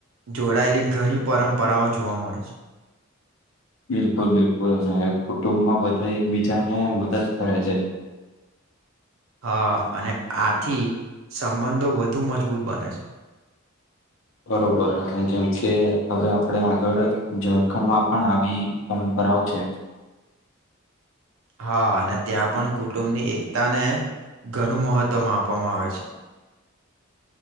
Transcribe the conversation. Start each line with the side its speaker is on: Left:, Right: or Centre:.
Right: જોડાયેલી ઘણી પરંપરાઓ જોવા મળે છે.
Left: બિલકુલ બિલકુલ અને કુટુંબમાં બધા એકબીજાને મદદ કરે છે.
Right: હા, અને આથી સંબંધો વધુ મજબૂત બને છે.
Left: બરોબર અને જેમ કે હવે આપડે આગળ ઝારખંડમાં પણ આવી પરં પરાઓ છે.
Right: હા, અને ત્યાં પણ કુટુંબની એકતા ને ઘણું મહત્વમ આપવામાં આવે છે.